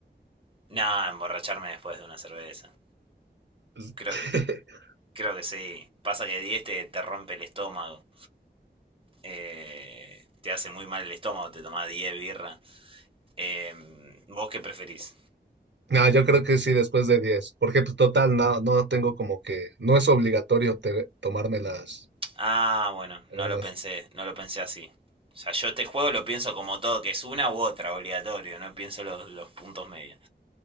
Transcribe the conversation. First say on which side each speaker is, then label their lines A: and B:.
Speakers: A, on the right; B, on the right.
A: no, emborracharme después de una cerveza.
B: <laughs>
A: Creo que, creo que sí. Pasa que 10 te, te rompe el estómago. Eh, te hace muy mal el estómago, te tomás 10 birra. Eh, ¿Vos qué preferís?
B: No, yo creo que sí, después de 10, porque pues total, no, no tengo como que, no es obligatorio te- tomarme las,
A: Ah, bueno,
B: todas.
A: no lo pensé, no lo pensé así. O sea, yo este juego lo pienso como todo, que es una u otra, obligatorio, no pienso los, los puntos medios.